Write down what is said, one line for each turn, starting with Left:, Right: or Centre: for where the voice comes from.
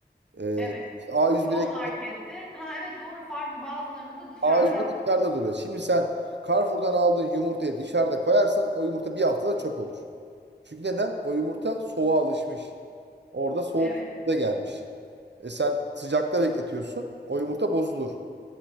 Right: Ee,
Centre: Evet.
Right: A101'e
Centre: Çoğu markette, ha evet doğru farklı bazılarında da dışarıda
Right: Ağacı
Centre: raf.
Right: dışarıda duruyor. Şimdi sen Carrefour'dan aldığın yumurtayı dışarıda koyarsan o yumurta bir haftada çöp olur. Çünkü neden? O yumurta soğuğa alışmış. Orada soğuk
Centre: Evet.
Right: da gelmiş. E sen sıcakta bekletiyorsun. O yumurta bozulur.